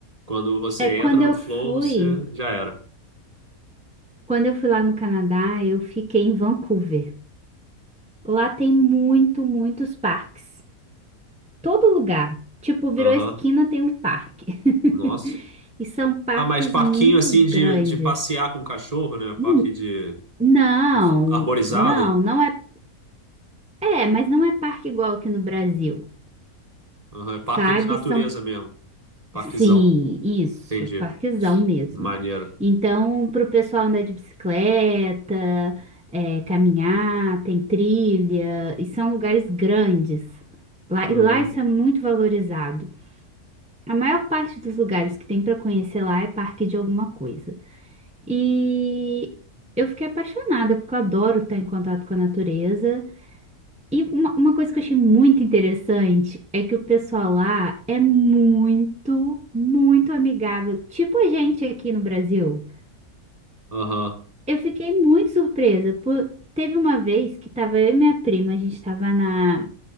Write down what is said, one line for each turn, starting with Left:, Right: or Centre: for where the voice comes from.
Right: Quando você
Centre: É quando
Right: entra no
Centre: eu
Right: flow,
Centre: fui,
Right: você já era.
Centre: quando eu fui lá no Canadá, eu fiquei em Vancouver. Lá tem muito, muitos parques. Todo lugar. Tipo, virou
Right: Aham.
Centre: esquina, tem um parque. <laughs>
Right: Nossa.
Centre: E são parques
Right: Ah, mas parquinho
Centre: muito
Right: assim
Centre: grandes.
Right: de, de passear com o cachorro, né? Parque
Centre: N-
Right: de,
Centre: Não,
Right: de f- arborizado.
Centre: não, não é É, mas não é parque igual aqui no Brasil,
Right: Aham, é parque
Centre: sabe?
Right: de natureza
Centre: São,
Right: mesmo. Parquezão.
Centre: sim, isso,
Right: Entendi.
Centre: parquezão mesmo.
Right: Maneiro.
Centre: Então, para o pessoal andar de bicicleta, é, caminhar, tem trilha, e são lugares grandes. Lá,
Right: Uhum.
Centre: e lá isso é muito valorizado. A maior parte dos lugares que tem para conhecer lá é parque de alguma coisa. E eu fiquei apaixonada, porque eu adoro estar em contato com a natureza E uma, uma coisa que eu achei muito interessante é que o pessoal lá é muito, muito amigável, tipo a gente aqui no Brasil.
Right: Aham.
Centre: Eu fiquei muito surpresa, por... teve uma vez que tava eu e minha prima, a gente tava na,